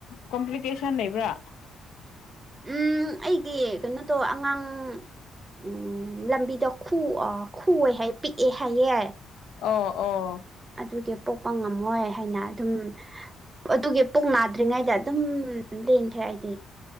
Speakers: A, on the left (about 80°); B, on the right (about 25°).
A: ꯀꯝꯄ꯭ꯂꯤꯀꯦꯁꯟ ꯂꯩꯕ꯭ꯔꯥ
B: ꯎꯝ ꯑꯩꯒꯤ ꯀꯩꯅꯣꯗꯣ ꯑꯉꯥꯡ ꯎꯝ ꯂꯝꯕꯤꯗꯣ ꯈꯨ ꯈꯨ ꯄꯤꯛꯑꯦ ꯍꯥꯏꯌꯦꯦ
A: ꯑꯣ ꯑꯣ
B: ꯑꯗꯨꯒꯤ ꯄꯣꯛꯄ ꯉꯝꯃꯣꯏ ꯍꯥꯏꯅ ꯑꯗꯨꯝ ꯑꯗꯨꯒꯤ ꯄꯣꯛ ꯅꯥꯗ꯭ꯔꯤꯉꯩꯗ ꯑꯗꯨꯝ ꯂꯦꯟꯈ꯭ꯔꯦ ꯑꯩꯗꯤ